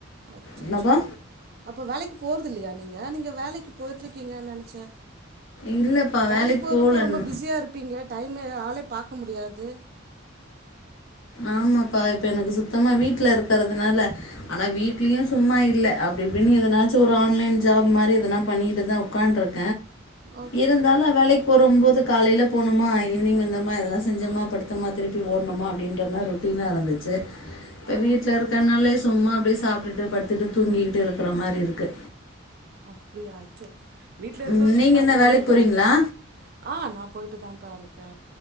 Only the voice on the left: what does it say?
என்னப்பா
இல்லப்பா
வேலைக்கு
போலன்
ஆமாப்பா இப்ப எனக்கு சுத்தமா வீட்ல இருக்கறதுனால ஆனா வீட்லயு சும்மா இல்ல அப்டிப்டின்னு எதனாச்சு ஒரு ஆன்லைன் ஜாப் மாரி எதனா பண்ணிகிட்டுதா உக்காண்ட்ருக்
இருந்தாலு வேலைக் போரும்போது காலையில போணுமா ஈவினிங் வந்தம்மா எதனா செஞ்சம்மா படுத்தமா திருப்பி ஓட்ணுமா அப்டின்னு ன்ற மாரி ரொட்டினா இருந்துச்சு இப்ப
வீட்ல இருக் தன்னாலயே சும்மா அப்டியே சாப்ட்டுட்டு படுத்துட்டு தூங்கிக்கிட்டு இருக்குற மாரி இருக்கு
ம் நீங்க
என்ன வேலைக்கு போறீங்களா